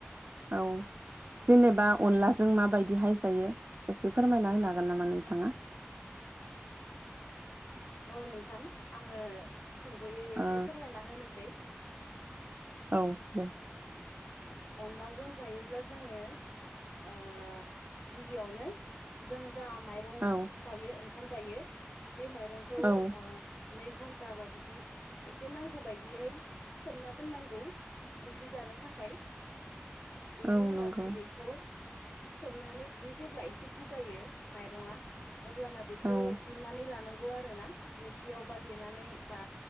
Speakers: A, on the right; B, on the left.
A: औ। जेनेबा अनलाजों माबायदि हाय जायो एसे फोरमायना होनो हागोन नामा नोंथाङा?
B: <inaudible> औ नोंथां आङो सुंद'यै एसे
A: ओ
B: फोरमायना होनोसै।
A: औ दे।
B: अनलाजों जायोब्ला जोङो ओ गिबियावनो जों जा माइरं
A: औ
B: जायो ओंखाम जायो बे माइरंखौ
A: औ
B: ओ नै घन्टाबा बिदि एसे नांगौ बायदिहै सोमना दोननांगौ ओंख्रि जानो थाखाय बेनि
A: औ
B: उनावहाय
A: नंगौ
B: बेखौ सोमनानै बियो जेब्ला एसे बुगायो माइरंआअब्लाना बेखौ
A: औ
B: उन्नानै लानांगौ खौ आरोना दिंखियाव बा देनानै बा